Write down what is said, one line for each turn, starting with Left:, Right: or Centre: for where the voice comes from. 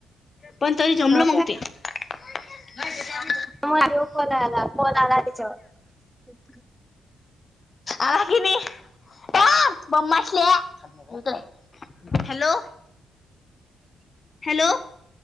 Left: पणं जमलं
Centre: हो
Left: म्हणते ते नाहीं
Centre: ऑडिओ कॉल आंला फोन आंला तीच्यांवर
Left: आंला कि नाहीं कां गोमाश्यां तुंचं आहे हॅलो हॅलो